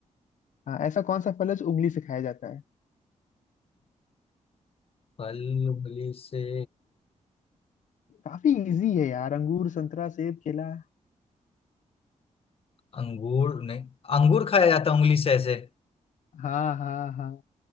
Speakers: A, on the left (about 75°); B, on the left (about 50°).
A: हाँ ऐसा कौन सा फल है जो उंगली से खाया जाता है
B: फल उंगली से
A: काफी इजी है यार अंगूर संतरा सेब केला
B: अंगूर नहीं अंगूर खाया जाता है उंगली से ऐसे
A: हाँ हाँ हाँ हाँ